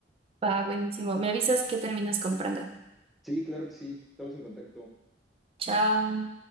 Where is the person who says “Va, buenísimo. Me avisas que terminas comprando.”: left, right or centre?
Right